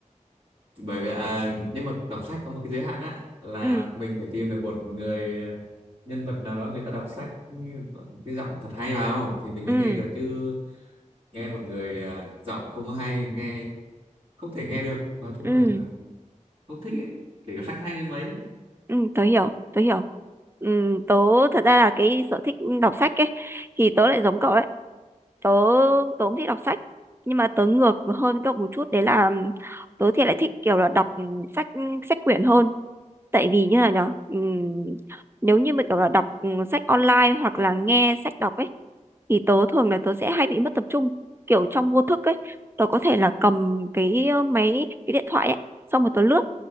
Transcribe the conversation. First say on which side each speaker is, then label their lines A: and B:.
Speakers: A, on the right; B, on the right.
A: bởi vì à, nhưng mà đọc sách có một cái giới hạn á là
B: Ừ
A: mình phải tìm được một người ờ, nhân vật nào đó người ta đọc sách như- cái giọng thật hay vào thì mình mới
B: ừ
A: nghe được chứ nghe một người à, giọng không hay nghe không thể nghe được nói chung
B: ừ
A: là không thích ấy kể cả sách hay đến mấy ấy.
B: Ừ, tớ hiểu, tớ hiểu. Ừ, tớ thật ra là cái sở thích đọc sách ấy thì tớ lại giống cậu đấy. Tớ tớ cũng thích đọc sách nhưng mà tớ ngược hơn cậu một chút đấy là tớ thì lại thích kiểu là đọc ừ, sách sách quyển hơn. Tại vì như là nhở, ừ, nếu như mà kiểu là đọc ừ, sách online hoặc là nghe sách đọc ấy thì tớ thường là tớ sẽ hay bị mất tập trung kiểu trong vô thức ấy tớ có thể là cầm cái ờ, máy cái điện thoại ấy xong rồi tớ lướt